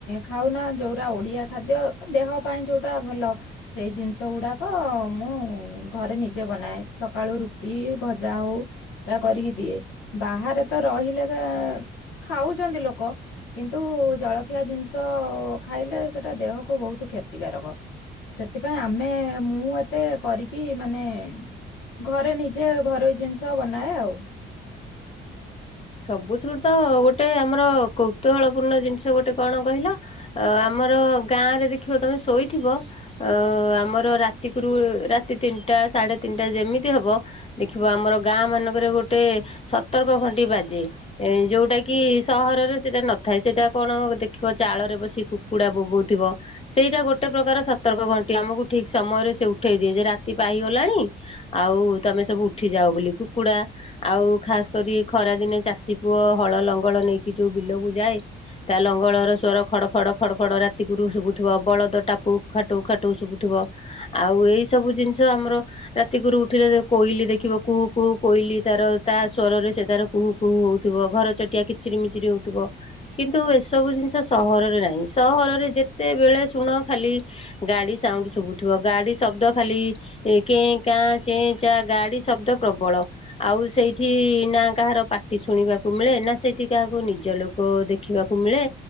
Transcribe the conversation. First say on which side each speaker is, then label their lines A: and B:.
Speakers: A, on the left; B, on the left.
A: ଖାଉନା ଯୋଉରା ଓଡିଆ ଖାଦ୍ୟ ଦେହ ପାଇଁ ଯୋଉଟା ଭଲ। ସେଇ ଜିନିଷ ଗୁଡ଼ାକ ମୁଁ ଘରେ ନିଜେ ବନାଏ ସକାଳୁ ରୁଟି ଭଜା ହଉ। ଯା କରିକି ଦିଏ ବାହାରେ ତ ରହିଲେ ତ ଖାଉଛନ୍ତି ଲୋକ କିନ୍ତୁ ଜଳଖିଆ ଜିନିଷ ଖାଇଲେ ସେଟା ଦେହକୁୁ ବୋହୁତୁ କ୍ଷତିକାରକ। ସେଥିପାଇଁ ଆମେ ମୁଁ ଏତେ କରିକି ମାନେ ଘରେ ନିଜେ ଘରୋଇ ଜିନିଷ ବନାଏ ଆଉ।
B: <unintelligible> ସବୁଥିରୁ ତ ଗୋଟେ ଆମର କୌତୁହଳପୂର୍ଣ୍ଣ ଜିନିଷ ଗୋଟେ କଣ କହିଲ? ଅ -ଆମର ଗାଁ ରେ ଦେଖିବ ତମେ ଶୋଇଥିବ। ଅ ଆମର ରାତିକୁରୁ ରାତି ତିନିଟା ସାଢେ ତିନିଟା ଯେମିତି ହବ ଦେଖିବ ଆମର ଗାଁ ମାନଙ୍କରେ ଗୋଟେ ସତର୍କ ଘନ୍ଟି ବାଜେ। ଏ ଯୋଉଟା କିି ସହରରେ ସେଇଟା ନଥାଏ ସେଇଟା କଣ ଦେଖିବ ଚାଳରେ ବସି କୁକୁଡ଼ା ବୋବୋଉଥିବ। ସେଇଟା ଗୋଟେ ପ୍ରକାର ସତର୍କ ଘଣ୍ଟି ଆମକୁ ଠିକ ସମୟରେ ସେ ଉଠେଇ ଦିଏ ଯେ ରାତି ପାଇଗଲାଣି। ଆଉ ତମେ ସବୁ ଉଠି ଯାଉ ବୋଲି କୁକୁଡା ଆଉ ଖାସ୍ କରି ଖରା ଦିନେ ଚାଷୀ ପୁଅ ହଳ ଲଙ୍ଗଳ ନେଇକି ଯଉ ବିଲକୁ ଯାଏ। ତା ଲଙ୍ଗଳର ସ୍ୱର ଖଡ ଖଡ ଖଡ ଖଡ ରାତିକୁୁରୁ ଶୁଭୁଥୁବ ବଳଦ ଟାପୁ ଖାଟୁ ଖାଟୁ ଶୁଭୁଥୁବ। ଆଉ ଏଇ ସବୁ ଜିନିଷ ଆମର ରାତି ଗରୁ ଉଠିଲେ କୋଇଲି ଦେଖିବ କୁହୁ କୁହୁ କୋଇଲି ତାର ତା ସ୍ଵରରେ ସେ ତାର କୁହୁ କୁ ହଉଥୁବ ଘର ଚଟିଆ କିଚିରି ମିଚିରି ହଉଥିବ। କିନ୍ତୁ ଏସବୁ ଜିନିଷ ସହରରେ ନାହିଁ ସହରରେ ଯେତେବେଳେ ଶୁଣ ଖାଲି ଗାଡି ସାଉଣ୍ଡ୍ ଶୁଭୁଥିବ ଗାଡି ଶବ୍ଦ ଖାଲି ଏ କେଁ କାଁ ଚେଁ ଚାଁ ଗାଡି ଶବ୍ଦ ପ୍ରବଳ। ଆଉ ସେଇଠି ନା କାହାର ପା ଟି ଶୁଣିବାକୁ ମିଳେ ନା ସେଇଠି କାହାକୁ ନିଜ ଲୋକ ଦେଖିବାକୁ ମିଳେ।